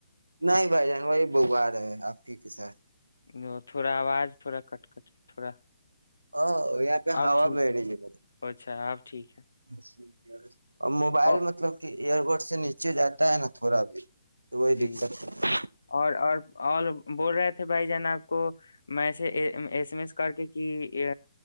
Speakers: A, on the right; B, on the left.
A: نہیں بھائی جان وہی بوار ہے آپ کے کےساتھ
B: وہ تھوڑا آواز تھوڑا کٹ کٹ کے تھوڑا
A: ہاں وہ پہ ہا
B: اب ٹھیک
A: بیھے
B: ہے
A: بے
B: اچھا اب ٹھیک ہے
A: مس کیا اور موبائل
B: او
A: مطلب کہ ایئر پورٹ سے نیچے جاتا ہے نا تھوڑا بھی تو وہی
B: جی
A: دقت ہے
B: اور اور اور بول رہے تھے بھائی جان آپ کو میں سے ایس ایم ایس کر کے کہ